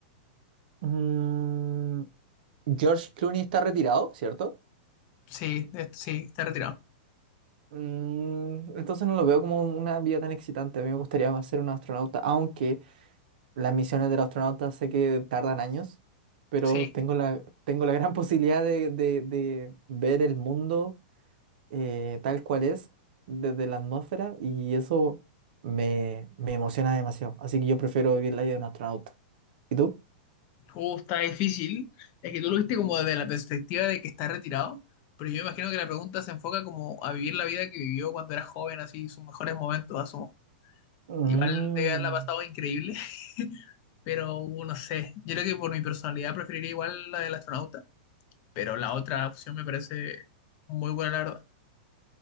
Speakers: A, on the right; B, on the left.
A: Mm, George Clooney está retirado, ¿cierto?
B: Sí, de- sí, está retirado.
A: Mm, entonces no lo veo como una vida tan excitante. A mí me gustaría ser un astronauta, aunque las misiones del astronauta sé que tardan años, pero
B: Sí,
A: tengo la, tengo la <laughs> gran posibilidad de, de- de ver el mundo eh, tal cual es desde la atmósfera y eso me, me emociona demasiado. Así que yo prefiero vivir la vida de un astronauta. ¿Y tú?
B: Uh, está difícil. Es que tú lo viste como desde la perspectiva de que está retirado, pero yo imagino que la pregunta se enfoca como a vivir la vida que vivió cuando era joven, así sus mejores momentos, asumo.
A: Mm.
B: Igual debe haberla pasado increíble, <laughs> pero uh, no sé. Yo creo que por mi personalidad preferiría igual la del astronauta, pero la otra opción me parece muy buena, la verdad.